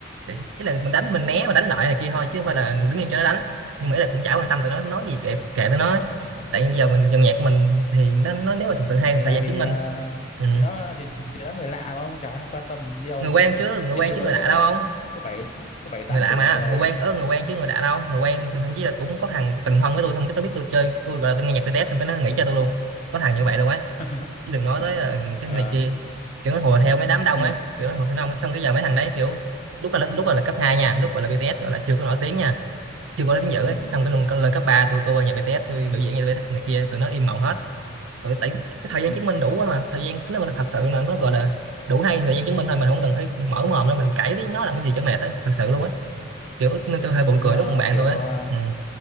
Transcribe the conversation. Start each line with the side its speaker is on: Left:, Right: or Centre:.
Right: để- ý là mình đánh thì mình né và đánh lại này kia thôi chứ không phải là đứng yên cho nó đánh nhưng mà ý là cũng chả quan tâm tụi nó nói gì kệ kệ tụi nó
Left: Ừ.
Right: tại vì giờ mình dòng nhạc của mình thì nó, nó nếu mà thật sự hay thì
Left: thì
Right: thời
Left: tại
Right: gian
Left: vì
Right: chứng minh
Left: ờ,
Right: ừ.
Left: thì nó thì, thì, thì nó người lạ mà ông chả ai quan tâm gì đâu
Right: người quen chứ người
Left: trên
Right: quen
Left: thế
Right: chứ
Left: giới
Right: người lạ
Left: có
Right: đâu không
Left: có bảy có bảy tám
Right: người lạ
Left: tỷ
Right: mà
Left: người
Right: người quen ớ người quen chứ người lạ đâu người quen thậm chí là cũng có thằng từng thân với tôi xong cái tôi biết tôi chơi tôi gọi là tôi nghe nhạc tôi đét xong cái nó nghĩ cho tôi luôn có thằng như vậy luôn ấy
Left: <laughs>
Right: chứ đừng nói tới là cái
Left: Ờ,
Right: này kia kiểu nó hùa theo mấy đám đông
Left: nhưng
Right: ấy
Left: mà
Right: kiểu nó hùa theo đông ấy xong cái giờ mấy thằng đấy kiểu lúc là lúc là là cấp 2 nha lúc gọi là BTS gọi là chưa có nổi tiếng nha chưa có nói tiếng dữ
Left: ừ
Right: ấy. xong cái lần lên cấp 3 tôi cô qua nhà BTS tôi biểu diễn nhà BTS này kia tụi nó im mộng hết tụi tại cái thời gian
Left: ừ
Right: chứng minh đủ quá mà thời gian nếu mà thật sự là nó gọi là đủ hay thời gian chứng minh thôi mình không cần phải mở mồm nữa mình cãi với nó làm cái gì cho mệt á thật sự luôn á kiểu nên tôi hơi buồn
Left: ủa nhưng
Right: cười
Left: mà
Right: lúc cùng bạn
Left: kiểu
Right: tôi
Left: uh,
Right: á ừ.